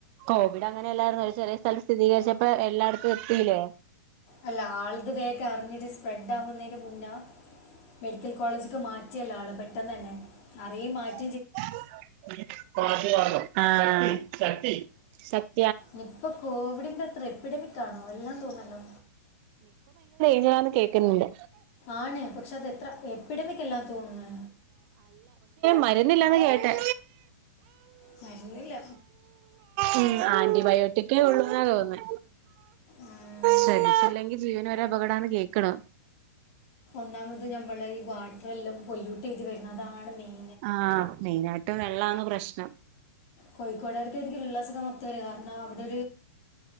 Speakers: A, on the right; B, on the left.
A: കോവിഡ് അങ്ങനെല്ലായിരുന്നു ഒരു ചെറിയ സ്ഥലം സ്ഥിരീകരിച്ചപ്പോ എല്ലായിടത്തും എത്തില്ലേ
B: അല്ല ആൾത് വേഗം അറിഞ്ഞിട്ട് സ്പ്രെഡ് ആവുന്നതിന് മുന്നേ മെഡിക്കൽ കോളേജിക്ക് മാറ്റിയല്ലോ ആളെ പെട്ടെന്ന് തന്നെ <unintelligible>
A: <unintelligible> ആ <unintelligible>
B: നിപ്പ കോവിഡിന്റെ അത്ര എപ്പിഡമിക് ആണോ അല്ലാ തോന്നല്ലോ
A: <unintelligible> കേൾക്കുന്നുണ്ട്
B: ആണ് പക്ഷെ അത് എ എപിടമിക്കെല്ലാ തോന്ന്ന്ന്
A: മരുന്നില്ലാന്നാ കേട്ടെ
B: മരുന്നില്ല
A: ഉം ആന്റിബയോട്ടിക്കേ ഒള്ളൂന്നാ തോന്നുന്നേ
B: ഉം.
A: ശ്രദ്ധിച്ചില്ലെങ്കി ജീവന് വരെ അപകടാന്ന് കേക്ക്ണ്
B: ഒന്നാമത് നമ്മൾ ഈ വാട്ടറെല്ലാം പൊല്യൂട്ടെയ്ത് വരണതാണ് മൈൻ
A: ആ <unintelligible> <unintelligible> വെള്ളാണ് പ്രശ്നം
B: കോഴിക്കോടുകാർക്ക് ഉള്ള അസുഖം മൊത്തം വരും കാരണം അവിടെ